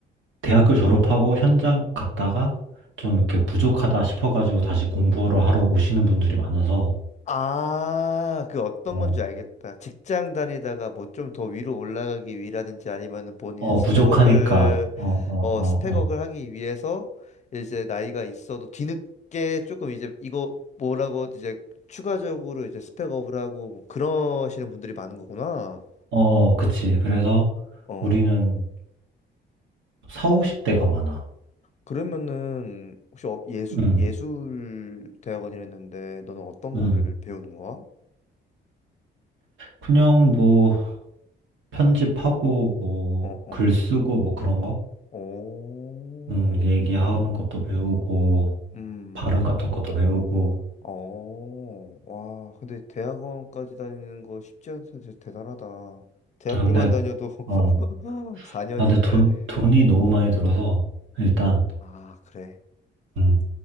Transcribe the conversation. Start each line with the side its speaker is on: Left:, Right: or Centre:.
Right: 대학교 졸업하고 현장 갔다가 좀 이렇게 부족하다 싶어가지고 다시 공부를 하러 오시는 분들이 많아서,
Left: 아, 그 어떤
Right: 어,
Left: 건지 알겠다. 직장 다니다가 뭐 좀 더 위로 올라가기 위라든지 아니면은 본인의
Right: 어,
Left: 스펙업을,
Right: 부족하니까, 어, 어, 어,
Left: 어,
Right: 어,
Left: 스펙업을 하기 위해서 이제 나이가 있어도 뒤늦게 조금 이제 이거 뭐라고 이제 추가적으로 이제 스펙업을 하고 뭐 그러시는 분들이 많은 거구나.
Right: 어, 어, 그치. 그래서
Left: 어.
Right: 우리는 4, 50대가 많아.
Left: 그러면은 혹시 어, 예술
Right: 응,
Left: 예술 대학원이랬는데 너는 어떤
Right: 응.
Left: 거를 배우는 거야?
Right: 그냥 뭐, 편집하고, 뭐,
Left: 어, 어.
Right: 글 쓰고, 뭐 그런 거?
Left: 오,
Right: 응,
Left: 그렇구나.
Right: 얘기하는 것도 배우고,
Left: 음.
Right: 발음 같은 것도 배우고.
Left: 어. 와, 근데 대학원까지 다니는 거 쉽지 않다. 진짜 대단하다. 대학교만
Right: 근데,
Left: 다녀도 <laughs>
Right: 어,
Left: 4년인데.
Right: 아, 근데 돈, 돈이 너무 많이 들어서, 일단,
Left: 아, 그래.
Right: 응